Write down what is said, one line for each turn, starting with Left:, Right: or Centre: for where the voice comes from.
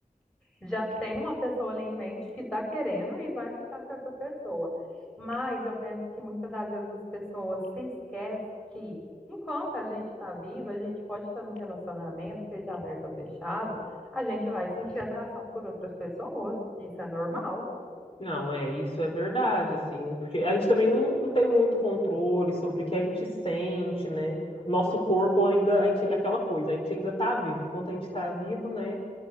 Centre: já tem uma pessoa ali em mente que está querendo e vai ficar com essa pessoa. Mas eu penso que muitas das vezes as pessoas se esquecem que, enquanto a gente está viva, a gente pode estar num relacionamento, seja aberto ou fechado, a gente vai sentir atração por outras pessoas. Isso é normal. <laughs>
Left: Não, é, isso é verdade, assim, porque a gente também não, não tem muito controle sobre o que a gente sente, né? O Nosso corpo ainda, a gente, é aquela coisa, a gente ainda tá vivo. Enquanto a gente tá vivo, né?